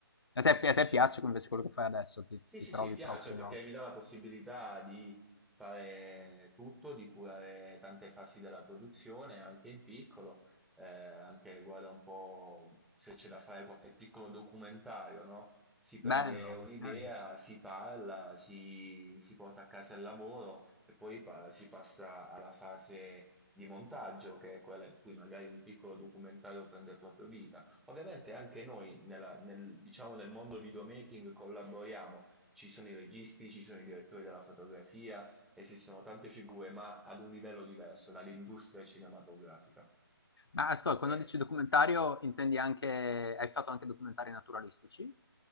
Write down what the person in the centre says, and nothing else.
è difficile.
Sì,
sì,
sì, piace
perché mi dà la possibilità di fare tutto, di curare tante fasi della produzione, anche in piccolo, eh, anche guarda un po' se c'è da fare qualche piccolo documentario, no? Si prende
un'idea,
si parla, si, si porta a casa il lavoro e poi pa- si passa alla fase di montaggio, che è quella in cui magari un piccolo documentario prende proprio vita. Ovviamente anche noi, nella- nel, diciamo, nel mondo videomaking collaboriamo ci sono i registi, ci sono i direttori della fotografia, esistono tante figure, ma ad un livello diverso dall'industria cinematografica.
Eh,